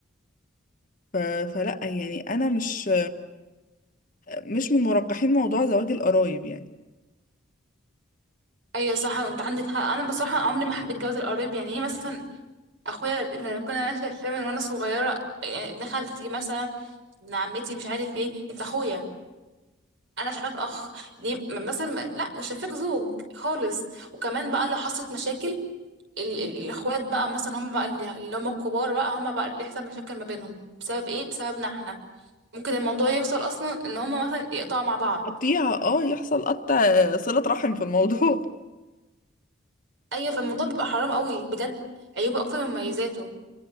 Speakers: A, on the left; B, on the right.
A: ف... فلا يعني انا مش مش من مرجحين موضوع زواج القرايب يعني
B: ايوه صح وانت عندك حق انا بصراحه عمري ما حبيت جواز القريب يعني ايه مثلا اخويا اللي كنا شايفاه من وانا صغيره يعني ابن خالتي مثلا ابن عمتي مش عارف ايه انت اخويا انا شايفاك اخ ليه م- مثلا ما- لا مش شايفاك زوج خالص وكمان بقى لو حصلت مشاكل ال- ال- الاخوات بقى مثلا هم بقى اللي اللي هم الكبار بقى هم بقى اللي يحصل مشاكل ما بينهم بسبب ايه بسببنا احنا ممكن الموضوع يوصل اصلا ان هم مثلا يقطعوا مع بعض
A: قطيعه اه يحصل قطع صله رحم في الموضوع
B: ايوه فالموضوع بيبقى حرام قوي بجد عيوبه اكتر من مميزاته